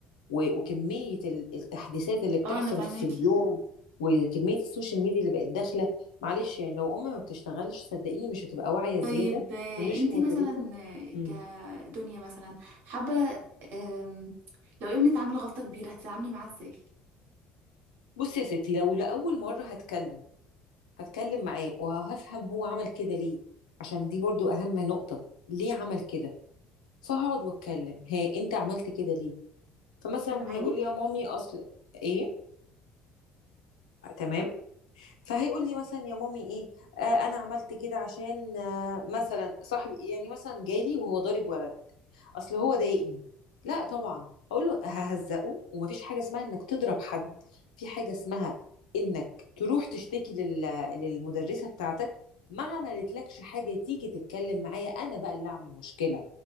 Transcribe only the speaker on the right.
اه انا فاهماكي
طيب
آه،
انتي
مثلا آه،
كدنيا مثلا حابة آم، لو ابنك عامل غلطة كبيرة هتتعاملي معاه ازاي؟
سامعاني؟